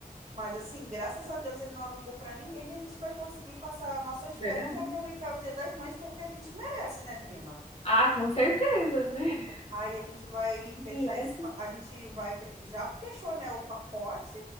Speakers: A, on the right; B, on the left.
A: Mas, assim, graças a Deus ele não alugou para ninguém. A gente vai conseguir passar nossas
B: verdade.
A: férias e aproveitar o Dia das Mães, porque a gente merece, né, prima?
B: Ah, com certeza, né?
A: Aí a gente vai
B: A gente
A: fechar
B: merece.
A: esse, pa- a gente vai, fe- já fechou, né, o pacote.